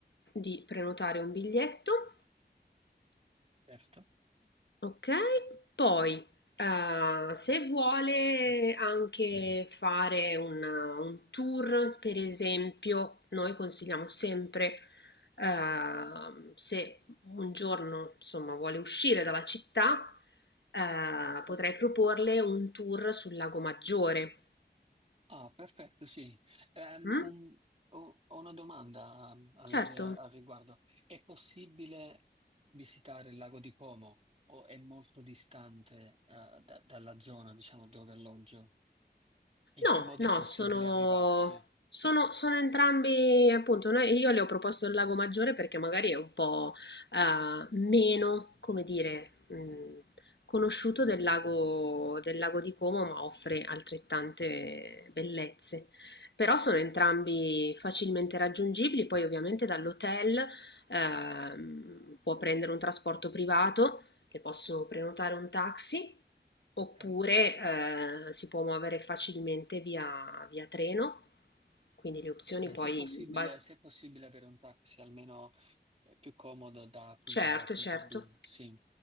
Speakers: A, on the left; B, on the right.
A: di prenotare un biglietto.
B: certo.
A: Okay, poi, ehm, se vuole anche fare un un tour, per esempio, noi consigliamo sempre, ehm, se un giorno, insomma, vuole uscire dalla città, ehm,
B: Ok.
A: potrei proporle un tour sul Lago Maggiore.
B: Ah, perfetto, sì. Ehm,
A: Mh?
B: un- ho, ho una domanda ehm, al,
A: Certo.
B: al riguardo. È possibile visitare il lago di Como o è molto distante, eh, da- dalla zona, diciamo, dove alloggio? In che
A: No,
B: modo
A: no,
B: è possibile
A: sono,
B: arrivarci?
A: sono, sono entrambi, appunto, noi- io le ho proposto il Lago Maggiore perché magari è un po' eh, meno, come dire, mh, conosciuto del lago, del lago di Como, ma offre altrettante bellezze. Però sono entrambi facilmente raggiungibili, poi ovviamente dall'hotel ehm, può prendere un trasporto privato che posso prenotare un taxi oppure
B: Ok?
A: eh, si può muovere facilmente via, via treno, quindi le opzioni
B: Ok,
A: poi
B: se è possibile,
A: in base...
B: se è possibile avere un taxi almeno eh, più comodo da punto
A: Certo,
B: A a punto
A: certo.
B: B. Sì,